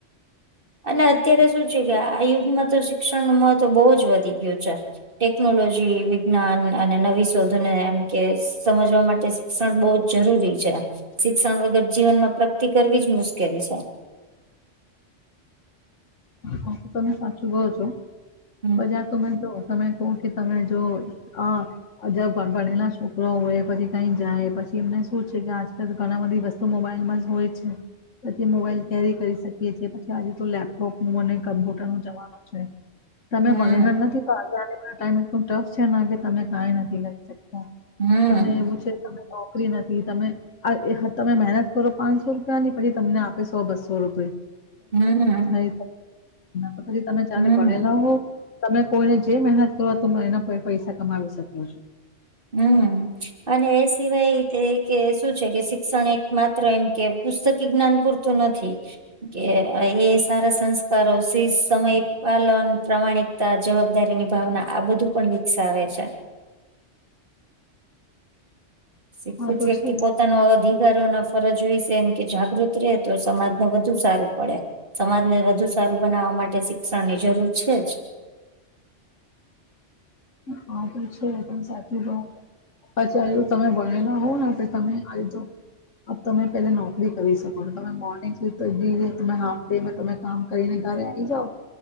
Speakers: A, on the right; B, on the left.
A: અને અત્યારે શું છે કે આ યુગમાં તો શિક્ષણ નું મહત્વ બહુ જ વધી ગયું છે. ટેકનોલોજી વિજ્ઞાન અને નવી શોધને એમ કે સમજવા માટે શિક્ષણ બહુ જ જરૂરી છે શિક્ષણ વગર જીવન માં પ્રગતિ કરવી જ મુશ્કેલી છે.
B: હ તો તમે સાચું કહો છો
A: હમ
B: બજા તમે જો તમે કહો કે તમે જો આ અજ ભણેલા છોકરા હોય પછી કઈ જાય પછી એમને શું છે કે આજકાલ ઘણા બધી વસ તો મોબાઈલમાં જ હોય છે પછી મોબાઈલ કેરી કરી શકીએ છી પછી આ જે તો લેપ કોક નું અને કમ્પ્યુટર નું જવાનું છે તમે
A: હમ
B: ભણેલા નથી જ ટાઈમટું ટફ છે કે તમે કઈ નથી કરી શકતા
A: હમ
B: તમે એવું છે તમે નોકરી નથી તમે તમે મહેનત કરો પાંચસો રૂપિયા ની પછી તમને આપે સો બસો રૂપિયા
A: હમ
B: મ તો પછી તમે ચારે
A: હમ
B: ભણેલા તમે કોઈને જે મહેનત કરો તો એના પર પૈસા કમાવી શકો્યો છો
A: હમ અને એ સિવાય તે કે શું છે કે શિક્ષણ એક માત્ર એમ કે પુસ્તક જ્ઞાન પૂરતું નથી કે એ સારા સંસ્કારો સમય પાલન પ્રમાણિક જવાબદારી ની ભાવના આ બધું પણ વિકસાવે છે શી્
B: હા તો છે,
A: પો પોતાનો અધિકારો ના ફરજ હોય છે એમ કે જાગૃત રહે તો સમાજને વધુ સારું પડે સમાજને વધુ સારું બનાવવા માટે શિક્ષણ ની જરૂર છે જ
B: હા તો છે એ પણ સાચી બ અત્યારે તમે ભણેલા હોવ ને તમે આવીજો તમે પેલા નોકરી કરી શકો છો તમે મોર્નિંગ સુી તમે હાફ ડેમાં તમે કામ કરીને ત્યારે આવીઈ જાાવ